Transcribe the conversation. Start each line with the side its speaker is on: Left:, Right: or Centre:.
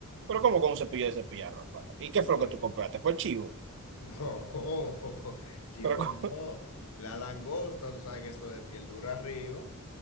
Right: Pero como con un cepillo de cepillar, ropa? ¿Y
Left: Sí.
Right: qué fue lo que tú compraste? Fue chivo.
Left: No, <laughs> chivo,
Right: Pero
Left: no. La langosta, tú sabes que eso es de piel dura arriba.